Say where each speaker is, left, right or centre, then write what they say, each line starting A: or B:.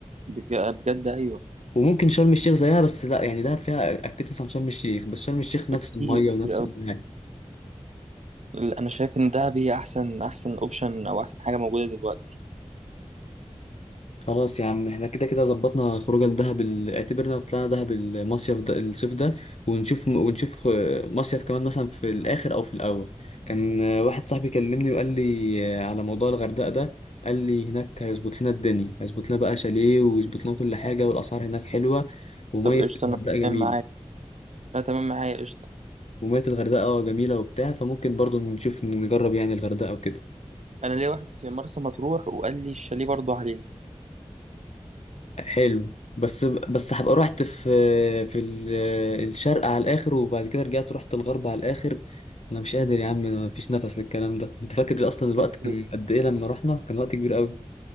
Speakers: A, on the right (about 75°); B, on the left (about 70°).
A: بج- بجد ايوه
B: وممكن شرم الشيخ زيها بس لا يعني دهب فيها اكتيفيتيز عن شرم الشيخ بس شرم الشيخ نفس
A: كتير
B: الميه
A: كتير
B: ونفس
A: قوي
B: كل حاجة.
A: انا شايف ان ده بي احسن احسن اوبشن او احسن حاجه موجوده دلوقتي
B: خلاص يا عم احنا كده كده ظبطنا خروجه لدهب ال... اعتبرنا طلعنا دهب المصيف ده الصيف ده ونشوف ونشوف خ- مصيف كمان مثلا في الاخر او في الاول كان آه، واحد صاحبي كلمني وقال لي آه، على موضوع الغردقه ده قال لي هناك هيظبط لنا الدنيا هيظبط لنا بقى شاليه ويظبط لنا كل حاجه والاسعار هناك حلوه وميه
A: طب قشطه
B: الغردقه
A: انا
B: جميله
A: تمام معاك انا تمام معايا قشطه
B: وميه الغردقه اه جميله وبتاع فممكن برضو نشوف نجرب يعني الغردقه وكده
A: انا ليا واحد في مرسى مطروح وقال لي الشاليه برضه عليه
B: حلو بس بس هبقى رحت في في ال- الشرق على الاخر وبعد كده رجعت رحت الغرب على الاخر انا مش قادر يا عم مفيش نفس للكلام ده انت فاكر اصلا الوقت
A: بس
B: كان قد ايه لما رحنا كان وقت كبير قوي